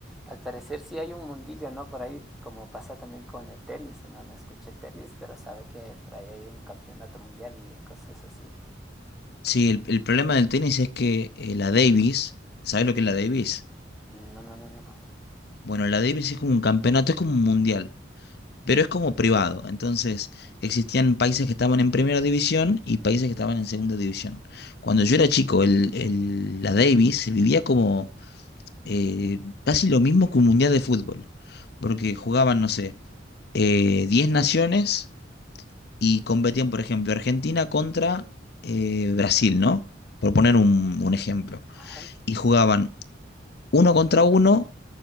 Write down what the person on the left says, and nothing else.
Sí, el, el problema del tenis es que eh, la Davis, ¿sabes lo que es la Davis?
Bueno, la Davis es como un campeonato, es como un mundial, pero es como privado. Entonces, existían países que estaban en primera división y países que estaban en segunda división. Cuando yo era chico, el, el- la Davis se vivía como eh, casi lo mismo que un mundial de fútbol, porque jugaban, no sé. eh, 10 naciones y competían, por ejemplo, Argentina contra eh, Brasil, ¿no? Por poner un, un ejemplo.
Y jugaban uno contra uno,